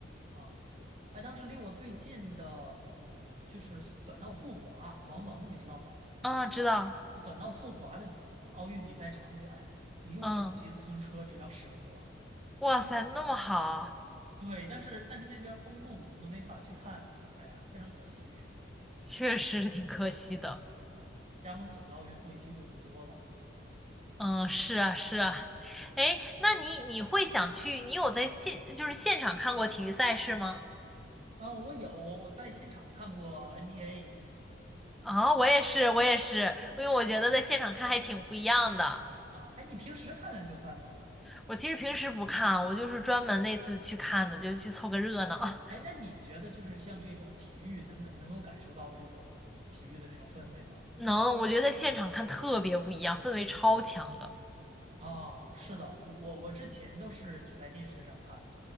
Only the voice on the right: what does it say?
啊。哎，当时离我最近的，就是短道速滑，王蒙，你知道吗？
就短道速滑的奥运比赛场馆，离我骑自行车只要十分钟。
对，但是但是那边封路，你都没法去看，哎呀，非常可惜
啊。家门口的奥运会机会不多了
啊。我有，我在现场看过 NBA
啊。哎，你平时看篮球赛吗？
哎，那你觉得就是像这种体育能感能够感受到这种体育的那种氛围吗？
啊，是的，我我之前都是只在电视上看，